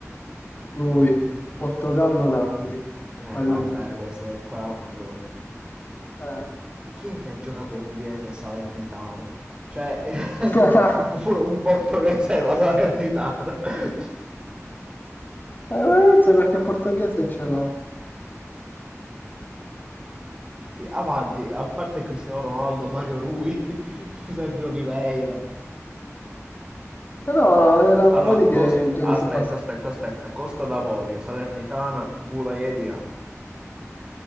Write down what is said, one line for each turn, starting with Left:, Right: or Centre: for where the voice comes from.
Left: lui, Portogallo, Napoli.
Right: Eh,
Left: Mario
Right: vabbè,
Left: lui.
Right: questa è qua era proprio...
Left: Eh.
Right: Chi è che ha giocato in Udinese e Salernitana? Cioè,
Left: <laughs>
Right: <laughs> oppure un portoghese e la Salernitana. <laughs>
Left: Eh, forse perché portoghese ce l'ho.
Right: Sì, avanti, a parte Cristiano Ronaldo, Mario Rui, <laughs> Sergio Oliveira.
Left: Però eh, la-
Right: Allora,
Left: vedi che
Right: cos-
Left: che
Right: aspetta,
Left: sono passato
Right: aspetta, aspetta. Costa d'Avorio, Salernitana, Bulaiedija.